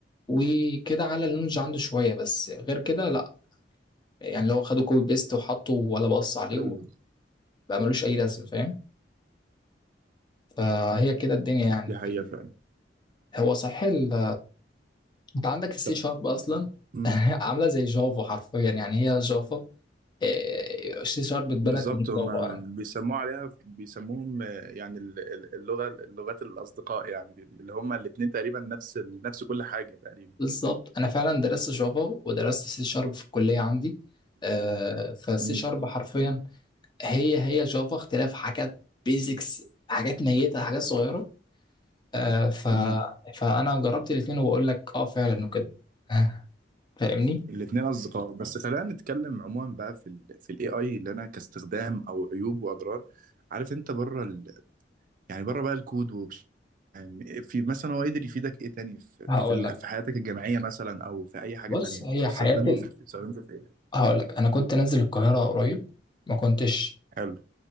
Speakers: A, on the left; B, on the right.
A: وكده على النولج عنده شويه بس غير كده لا يعني لو خدوا كوبي بيست وحطوا ولا بقص عليه
B: حلو
A: وبقى ملوش اي لازمه فاهم فهي كده الدنيا يعني
B: دي حقيقه
A: في ال...
B: فعلا
A: هو صحيح ال... انت عندك السي
B: طب
A: شارب اصلا
B: مم.
A: <laughs> عامله زي جافا حرفيا يعني هي جافا إيه، السي شارب اتبنت
B: بالظبط
A: من
B: هم
A: جافا يعني
B: بيسموه عليها بيسموهم آه، يعني ال- ال- اللغة اللغات الأصدقاء يعني اللي هم الاتنين تقريبا نفس ال- نفس كل حاجة تقريبا
A: بالظبط انا فعلا درست جافا ودرست سي شارب في الكليه عندي آه، فالسي
B: امم
A: شارب حرفيا هي هي جافا اختلاف حاجات بيزكس حاجات ميتة حاجات صغيرة آه ف...
B: امم
A: فأنا جربت الاتنين وبقول لك اه فعلا وكده آه، فاهمني
B: الاتنين أصدقاء بس خلينا نتكلم عموما بقى في ال في الاي اي اللي أنا كاستخدام أو عيوب وأضرار عارف أنت بره ال يعني بره بقى الكود وبش يعني في مثلا هو قدر يفيدك ايه تاني في
A: هقول
B: في ال-
A: لك
B: في حياتك الجامعية مثلا أو في أي حاجة
A: بص
B: تانية
A: هي
B: استخدمه
A: حياة ال...
B: في استخدمه في ايه؟
A: هقول لك أنا كنت نازل القاهرة قريب ما كنتش
B: حلو